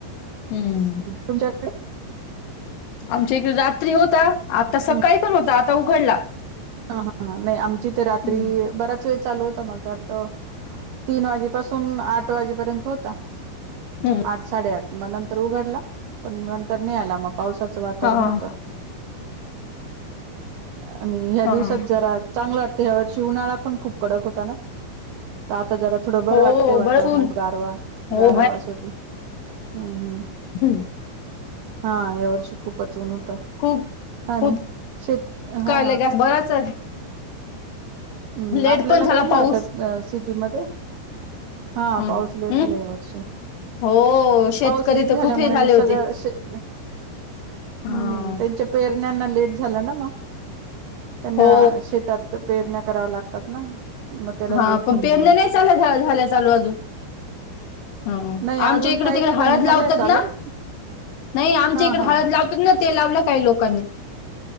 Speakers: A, on the left; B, on the right.
A: हम्म.
B: तुमच्या
A: आमच्या इकडे रात्री होता आता सकाळी
B: ह
A: पण होता आता उघडला
B: हा हा नाही आमची तर रात्री
A: हं,
B: बराच वेळ चालू होता मला तर वाटत तीन वाजेपासून आठ वाजेपर्यंत होता
A: हं.
B: आठ साडेआठ मग नंतर उघडला पण नंतर नाही आला मग पावसाचं वातावरण
A: हां,
B: होत् आणि
A: हां.
B: दिवात जरा चांग वाटत ह्या वर्षी उन्हाळा पण खूप कडक होता ना आता जरा थोडं बरं
A: हो,
B: वाटतंय वातावरणात
A: बरंच ऊन.
B: गारवा
A: हो,
B: गारावा असटलं हम्म हम्
A: हम्म
B: हा या वर्षी खूपच ऊन हो त
A: खूप
B: हा
A: खूप
B: ना शेत
A: काय
B: हा
A: लगे बराच
B: हम्म
A: लेट
B: आपल्याला
A: पण झाला
B: काही नाही
A: पाऊस
B: वाटत सिटीमध्ये हा
A: हं
B: पाऊस लेट
A: हं
B: झाला या वर्षी
A: हो शेतकरी
B: पाऊस लेट
A: तर
B: झाल्यामुळे
A: खूप हे झाले
B: सगळंे
A: होते. हा
B: हम्म त्यांच्या पेरण्यांना लेट झाला ना मग त्यांना
A: हो
B: शेतात पेरण्या कराव्या लागतात ना. मग त्याला
A: हा
B: लेट
A: पण
B: होऊन
A: पेरने
B: गेलं
A: नाही चाल झालं चालू अजून ह
B: नाही अजून
A: आमच्या इकडे
B: काही
A: तिकडे
B: ठिकाणी
A: हळद
B: झालंय
A: लावतात
B: चालू
A: ना नाही आमच्या
B: हा
A: इकडे
B: हा
A: हळद लावतात ना ते लावलं काय लोकांनी